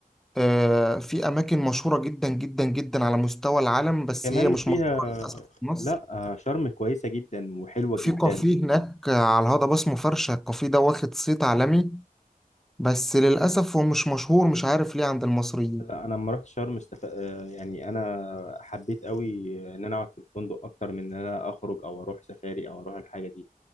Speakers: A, in the centre; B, on the left.
A: آه، في أماكن مشهورة جدا جدا جدا على مستوى العالم بس
B: كمان
A: هي مش
B: فيها
A: مشهورة للأسف في مصر
B: لا آه، شرم كويسه جدا وحلوه
A: في
B: جدا
A: كافيه هناك على الهضبة اسمه فرشة الكافيه ده واخد صيت عالمي بس للأسف هو مش مشهور مش عارف ليه عند المصريين
B: لا انا لما رحت شرم استف... آه، يعني انا حبيت قوي ان انا اقعد في الفندق اكتر من ان انا اخرج او اروح سفاري او اروح الحاجه دي